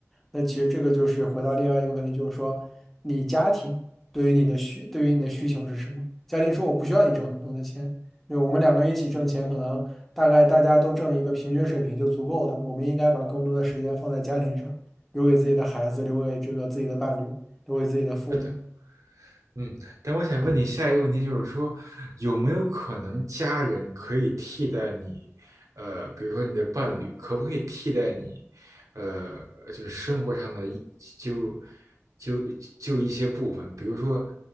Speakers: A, in the centre; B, on the right.
A: 那其实这个就是回到另外一个问题，就是说你家庭对于你的需对于你的需求是什么？家庭说我不需要你挣很多的钱，那我们两个人一起挣钱，可能大概大家都挣一个平均水平就足够了。我们应该把更多的时间放在家庭上，留给自己的孩子，留给这个自己的伴侣，留给自己的父母。
B: 是的，嗯，但我想问你下一个问题，就是说，有没有可能家人可以替代你？呃，比如说你的伴侣，可不可以替代你？呃，就是生活上的一就就就一些部分，比如说